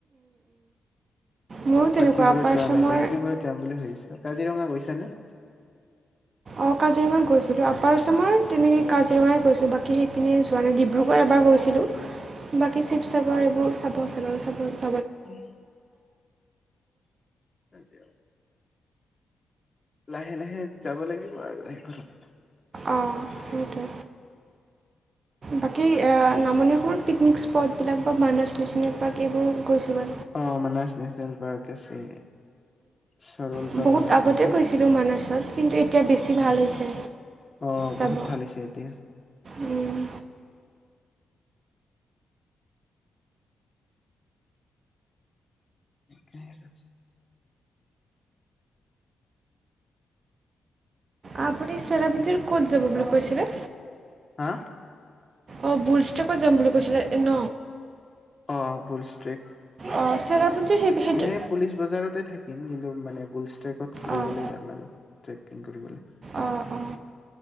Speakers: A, on the right; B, on the left.
A: মোৰো তেনেকুৱা
B: বাকীবোৰত
A: আপাৰ
B: যোৱা
A: আচামৰ
B: নাই বাকী কিবোৰত যাম বুলি ভাবিছো কাজিৰঙা গৈছ নে?
A: অ, কাজিৰঙা গৈছিলোঁ। আপাৰ আছামৰ তেনেকৈ কাজিৰঙা গৈছো বাকী সেইপিনে যোৱা নাই ডিব্ৰুগড় গৈছিলোঁ। বাকী শিৱসাগৰ এইবোৰ চাব পাৰ্চনেল চাবই
B: উম। আজি অ'। লাহে, লাহে যাব লাগিব আৰু সেই ঘৰত
A: অ সেইটোৱে। বাকী এয়া নামনিত অসমত পিকনিক স্প স্পট বিলাকত মানছ নেচনেল পাৰ্ক এইবোৰ গৈছো আৰু
B: অ মানস নেচনেল পাৰ্ক আছে চৰলপাৰা
A: উ বহুত
B: আছে
A: আগতে
B: তেনে
A: কৈছিলো মানছত কিন্তু এতিয়া বেছি ভাল হৈছে
B: অ
A: যাব
B: বহুত ভাল হৈছে এতিয়া
A: উম।
B: <unintelligible>
A: আপুনি চেৰাপুঞ্জীৰ ক'ত যাব বুলি কৈছিলে
B: হা
A: অ বুল ষ্টক'ত যাম বুলি কৈছিলে ন
B: অ বুলষ্ট্ৰেক
A: অঁ চেৰাপুঞ্জীৰ সেই সেইটো
B: এনে পুলিচ বজাৰতে থাকিম কিন্তু মানে বুলষ্ট্ৰেকত ঘুৰিবলৈ
A: অঁ
B: যাম আৰু ট্ৰেকিং কৰিবলৈ
A: অঁ অঁ